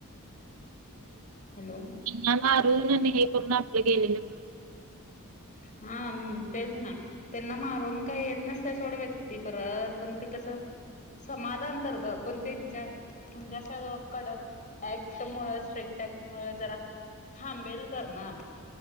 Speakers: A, on the left; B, on the right.
A: हॅलो
B: ना मारून हे करून आपलं गेलेलं काळ परत थो
A: हा तेसना त्यांना मारून काय येत नसत सोड व्यक्ती परत पण ते कसं समाजांतर्गत पण त्यांच्या म्हणजे असं कडक ऍक्ट मु स्ट्रिकट ऍक्ट म मूळ जरा थांबेल करना